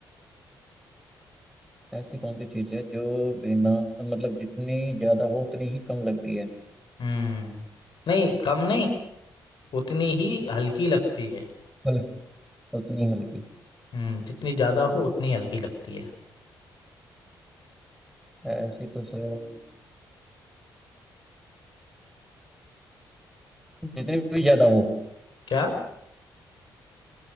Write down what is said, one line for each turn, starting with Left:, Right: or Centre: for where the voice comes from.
Centre: ऐसी कौन सी चीज है जो बिना मतलब जितनी ज्यादा हो उतनी ही कम लगती है
Left: हम्म नहीं कम नहीं उतनी ही हल्की लगती है
Centre: हल- उतनी हल्की
Left: हम्म जितनी ज्यादा
Centre: हम्म,
Left: हो उतनी हल्की लगती है
Centre: ऐसी तो सर हम्म, जितनी भी ज्यादा हो
Left: क्या